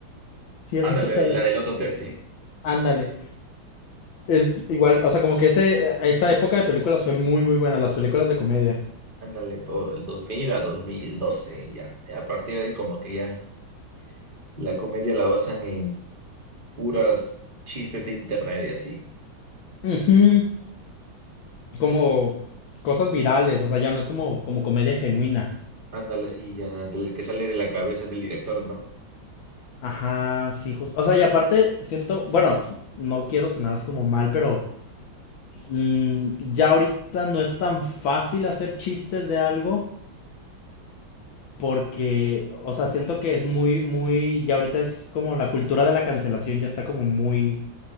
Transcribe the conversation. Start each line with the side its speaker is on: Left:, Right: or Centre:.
Left: ¿Sí has
Right: Ándale,
Left: visto Ted?
Right: la del oso Ted, sí.
Left: Ándale. Es igual, o sea, como que ese, esa época de películas fue muy, muy buena, las películas de comedia.
Right: Ándale, todo del 2000 a 2012, ya. A partir de ahí, como que ya la comedia la basan en puras chistes de internet y así.
Left: Ujú. Como
Right: Sí.
Left: cosas virales, o sea, ya no es como, como comedia genuina.
Right: Ándale, sí ya, de las que sale de la cabeza del director, ¿no?
Left: Ajá, sí, justo. O sea, y aparte siento, bueno, no quiero sonar así como mal, pero mm, ya ahorita no es tan fácil hacer chistes de algo. porque, o sea, siento que es muy, muy, ya ahorita es como la cultura de la cancelación ya está como muy